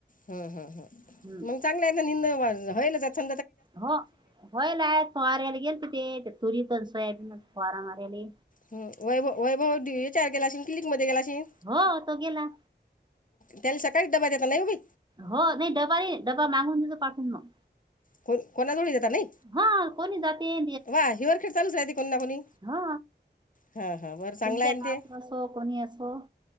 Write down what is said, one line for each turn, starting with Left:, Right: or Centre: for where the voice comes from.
Left: हुं हुं ह
Right: हम्म
Left: मग चांगलं आहे ना निंद होईल ज्याचं
Right: हो होयलय फवाऱ्याला गेलते ते ति तुरीत अन् सोयाबीन मधे फवारा माराले.
Left: ह वैभव वैभव याच्यावर गेला अशीन क्लनिक मध्ये गेला अशीन
Right: हो तो गेला
Left: त्याला सकाळी डबा देता नाही वो बाई
Right: हो नाही डबा नाही, डबा मागून देतो पाठवून मग
Left: कोण कोणाजवळ ही देता नाही
Right: हा कोणी जाते <inaudible>
Left: वा हिवरखेड चालूच राहते कोणी ना कोणी
Right: हा
Left: हां हां बरं चांगलं
Right: तुमच्या
Left: आहे ना
Right: घरात
Left: ते
Right: असो कोणी असो